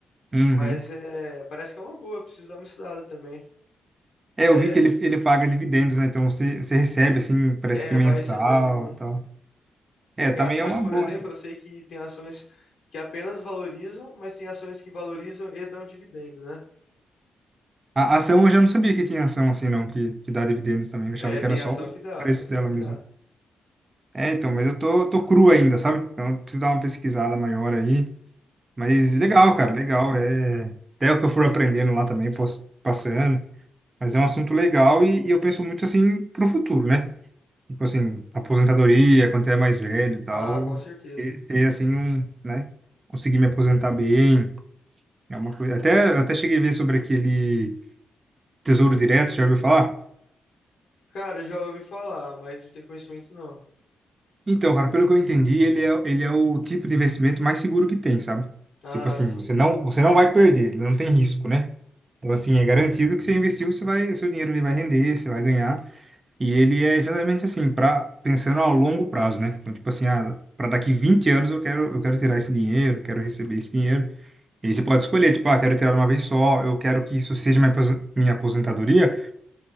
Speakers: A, on the right; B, on the left.
A: Uhum.
B: Mas é, parece que é uma boa, preciso dar uma estudada também.
A: É,
B: É,
A: eu vi que ele, ele paga dividendos, né? Então você, você recebe, assim, parece
B: é,
A: que mensal
B: vai recebendo. né?
A: e tal. É,
B: Porque
A: também
B: ações,
A: é uma
B: por
A: boa,
B: exemplo,
A: né?
B: eu sei que tem ações que apenas valorizam, mas tem ações que valorizam e dão dividendo, né?
A: A a ação eu já não sabia que tinha ação assim, não, que, que dá dividendos também. Eu achava
B: É,
A: que
B: tem
A: era só
B: ação
A: o
B: que dá,
A: preço
B: tem ação
A: dela
B: que
A: mesmo.
B: dá.
A: É, então, mas eu tô, tô cru ainda, sabe? Então eu preciso dar uma pesquisada maior aí. Mas
B: Sim,
A: legal,
B: sim.
A: cara, legal. É até o que eu fui aprendendo lá também, pos- passando. Mas é um assunto legal e, e eu penso muito assim pro futuro, né? Tipo assim, aposentadoria, quando você é mais velho e tal,
B: Ah, com certeza.
A: ter, ter assim um, né? Conseguir me aposentar bem, é uma coisa. Até, até cheguei a ver sobre aquele Tesouro Direto, já ouviu falar?
B: Cara, eu já ouvi falar, mas não tenho conhecimento não.
A: Então, cara, pelo que eu entendi, ele é, ele é o tipo de investimento mais seguro que tem, sabe?
B: Ah,
A: Tipo assim,
B: sim.
A: você não, você não vai perder, ele não tem risco, né? Então, assim, é garantido que você investiu, você vai, seu dinheiro ele vai render, você vai ganhar. E ele é exatamente assim, para pensando a longo prazo, né? Então, tipo assim, ah, para daqui 20 anos eu quero, eu quero tirar esse dinheiro, quero receber esse dinheiro. E aí você pode escolher, tipo, ah, quero tirar uma vez só, eu quero que isso seja minha apos- minha aposentadoria,